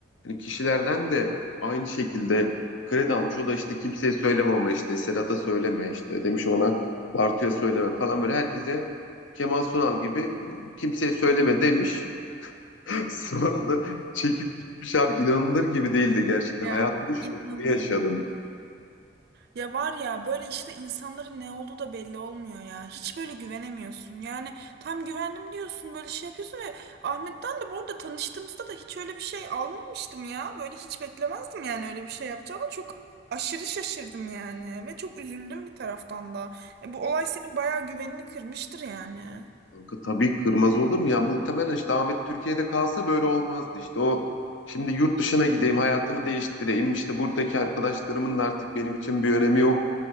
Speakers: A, on the left (about 65°); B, on the right (about 55°).
A: hani kişilerden de aynı şekilde kredi almış. O da işte kimseye söyleme ama işte Serhat'a söyleme işte demiş ona Bartu'ya söyleme falan böyle herkese Kemal Sunal gibi "Ee, kimseye söyleme demiş. <laughs> Sonra da çekip gitmiş abi inanılır gibi değildi gerçekten.
B: <laughs> Ya
A: Hayatımın şokunu
B: inanamıyorum.
A: yaşadım.
B: Ya var ya böyle işte insanların ne olduğu da belli olmuyor ya. Hiç böyle güvenemiyorsun. Yani tam güvendim diyorsun böyle şey yapıyorsun ve Ahmet'ten de bu arada tanıştığımızda da hiç öyle bir şey almamıştım ya. Böyle hiç beklemezdim yani öyle bir şey yapacağını. Çok aşırı şaşırdım yani ve çok üzüldüm bir taraftan da. E, bu olay senin bayağı güvenini kırmıştır yani.
A: Kanka Tabii kırmaz olur mu? Ya muhtemelen işte Ahmet Türkiye'de kalsa böyle olmazdı. İşte o şimdi yurt dışına gideyim, hayatımı değiştireyim. İşte buradaki arkadaşlarımın da artık benim için bir önemi yok